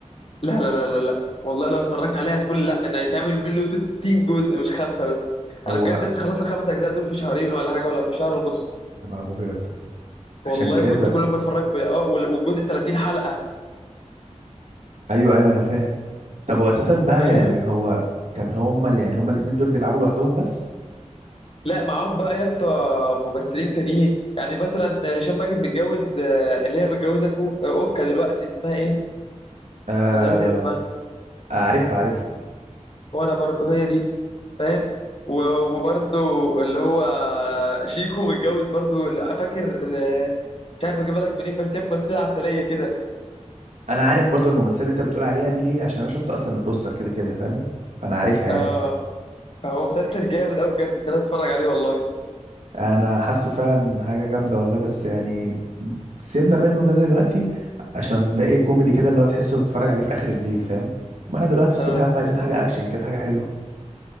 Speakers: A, on the left; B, on the right.
A: لا لا لا لا لا والله لو اتفرجت عليها هتقول لا ده يتعمل منه 60 جزء مش خمسة بس
B: هو
A: انا بجد لسه خلصت الخمس اجزاء دول في شهرين ولا حاجة ولا في شهر ونص
B: انا ابيض عشان
A: والله
B: كده
A: كنت كل ما اتفرج ب... اه وال- والجزء 30 حلقة
B: ايوه ايوه انا فاهم طب هو اساسا بقى
A: فاهم
B: يعني هو كان هما اللي يعني هما الاتنين دول بيلعبوا لوحدهم بس
A: لا معاهم بقى يا اسطى ممثلين تانيين يعني مثلا هشام ماجد متجوز آه، اللي هي متجوزة كو... آه، اوكا دلوقتي اسمها ايه
B: آه
A: انا ناسي اسمها
B: عارفها عارفها
A: وانا برضو هي دي فاهم و- وبرضه اللي هو شيكو متجوز برضه لا، فاكر آه، مش عارف اجيبها لك منين بس هي ممثله عسليه كده
B: انا عارف برضو الممثله اللي انت بتقول عليها دي ليه عشان انا شفت اصلا البوستر كده كده فاهم فانا عارفها يعني
A: اه فهو مسلسل جامد قوي بجد انت لازم تتفرج عليه والله
B: انا حاسه فعلا حاجه جامده والله بس يعني سيبنا منه ده دلوقتي عشان ده ايه كوميدي كده اللي هو تحسه بتتفرج عليه في اخر الليل فاهم ما انا دلوقتي الصبح
A: اه
B: يا عم عايزين حاجه اكشن كده حاجه حلوه